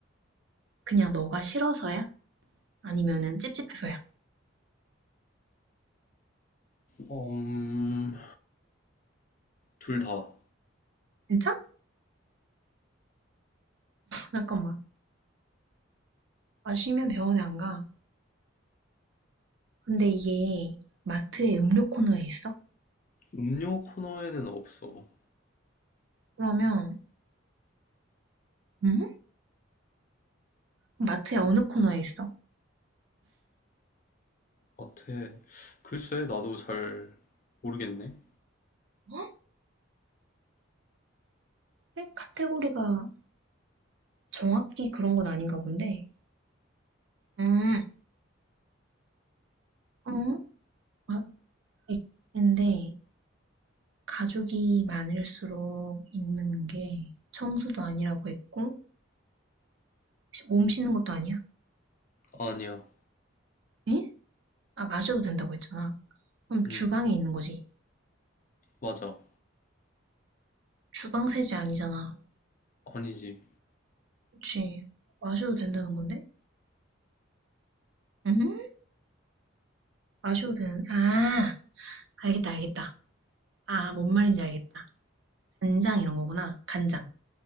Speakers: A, on the right; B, on the left.
A: 그냥 너가 싫어서야? 아니면은 찝찝해서야?
B: 음, 둘 다.
A: 진짜? 잠깐만. 마시면 병원에 안 가. 근데 이게 마트의 음료 코너에 있어?
B: 음료 코너에는 없어.
A: 그러면, 응? 마트의 어느 코너에 있어?
B: 같아. 글쎄, 나도 잘 모르겠네.
A: 어? 에? 카테고리가 정확히 그런 건 아닌가 본데. 음. 응? 마- 있는데 가족이 많을수록 있는 게 청소도 아니라고 했고 시- 몸 씻는 것도 아니야?
B: 아니야.
A: 에? 아 마셔도 된다고 했잖아. 그럼
B: 음,
A: 주방에 있는 거지.
B: 맞아.
A: 주방 세제 아니잖아.
B: 아니지.
A: 그치. 마셔도 된다는 건데? 응? 마셔도 되는 아 알겠다 알겠다. 아 뭔 말인지 알겠다. 간장 이런 거구나. 간장.